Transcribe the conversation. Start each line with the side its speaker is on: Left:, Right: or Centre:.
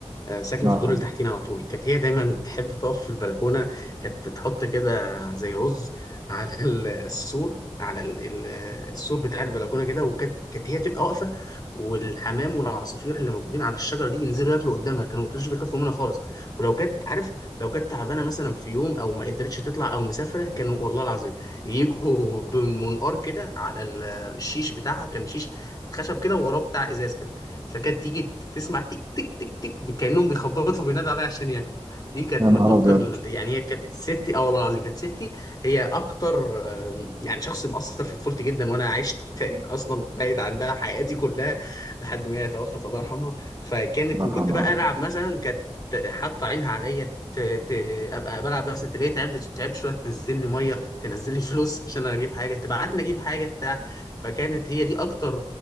Left: آه، ساكنه
Right: الله
Left: في
Right: يرحمه
Left: الدور اللي تحتينا على طول كانت هي دايما بتحب تقف في البلكونه كانت بتحط كده زي رز على ال- السور على ال- ال- السور بتاع البلكونه كده وكانت كانت هي تبقى واقفه والحمام والعصافير اللي موجودين على الشجره دي ينزلوا ياكلوا قدامها كانوا ما كانوش بيخافوا منها خالص ولو كانت عارف لو كانت تعبانه مثلا في يوم او ما قدرتش تطلع او مسافره كانوا والله العظيم يجوا <laughs> بمنقار كده على ال- الشيش بتاعها كان شيش خشب كده ووراه بتاع ازاز كده فكانت تيجي تسمع تك تك تك تك كأنهم بيخبطوا بينادوا عليها عشان ياكلوا دي كانت
Right: يا نهار
Left: من اكتر
Right: ابيض
Left: ال- يعني هي كانت ستي اه والله العظيم كانت ستي هي اكتر آم، يعني شخص مؤثر في طفولتي جدا وانا عشت تقريبا اصلا بعيد عندها حياتي كلها لحد ما هي توفت الله يرحمها فكانت
Right: الله
Left: وكنت
Right: يرحمه
Left: بقى العب مثلا كانت ت- حاطه عينها عليا ت... ت... ابقى بلعب بس تلاقيها تعبت تعبت شويه تنزل لي ميه تنزل لي فلوس عشان انا اجيب حاجه تبعتني اجيب حاجه بتاع فكانت هي دي اكتر